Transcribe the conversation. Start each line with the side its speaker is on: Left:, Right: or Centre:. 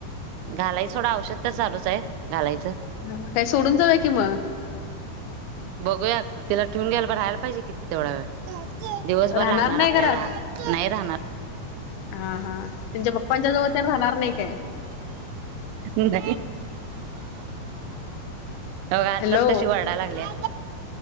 Right: घालायच सोडा औषध तर चालूच आहे. घालायचं
Left: हा काय सोडून जावूया की मग.
Right: बघूया तिला ठेवून घ्याला पर राहायला पाहिजे. किती तेवढा वेळ दिवसभर
Left: राहणार
Right: लागणार
Left: नाही
Right: आपल्याला
Left: घरात
Right: नाही राहणार.
Left: हा हा तिच्या पप्पांच्या जवळ त्यां राहणार नाही काय?
Right: नाही. हो आत्ताच
Left: हॅलो
Right: कशी वरडा लागल्या